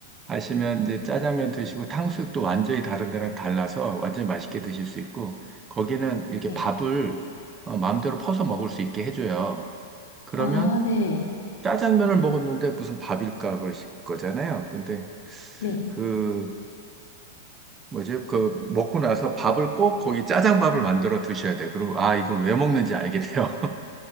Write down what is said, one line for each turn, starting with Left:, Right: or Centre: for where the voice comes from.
Right: 가시면 이제 짜장면 드시고 탕수육도 완전히 다른 데랑 달라서 완전히 맛있게 드실 수 있고 거기는 이렇게
Left: 네.
Right: 밥을 어, 마음대로 퍼서 먹을 수 있게 해줘요. 그러면
Left: 아, 네,
Right: 짜장면을 먹었는데 무슨 밥일까 그러실 거잖아요. 근데
Left: 네.
Right: 그 뭐지? 그 먹고 나서 밥을 꼭 거기 짜장밥을 만들어 드셔야 돼. 그리고 아 이걸 왜 먹는지 알게 돼요.